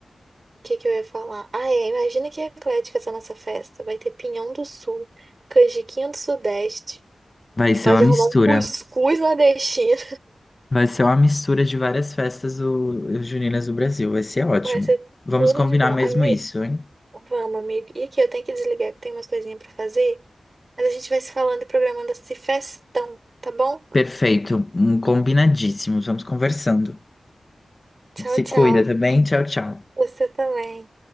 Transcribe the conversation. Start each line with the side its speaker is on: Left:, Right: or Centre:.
Right: o que que eu ia falar? Ah, é, imagina que eclética essa nossa festa. Vai ter pinhão do sul, canjiquinha do sudeste,
Left: Vai
Right: e
Left: ser
Right: pode
Left: uma mistura.
Right: arrumar um cuscuz nordestino.
Left: Vai ser uma mistura de várias festas do, juninas do Brasil. Vai ser
Right: <laughs>
Left: ótimo.
Right: Vai ser
Left: Vamos
Right: tudo
Left: combinar
Right: de bom.
Left: mesmo
Right: Ami...
Left: isso, hein?
Right: Vamos, amigo. E aqui, eu tenho que desligar, que tem umas coisinhas pra fazer. Mas a gente vai se falando e programando esse festão, tá bom?
Left: Perfeito. Hum, Combinadíssimos. Vamos conversando.
Right: Tchau,
Left: Se
Right: tchau.
Left: cuida, tá bem? Tchau, tchau.
Right: Você também.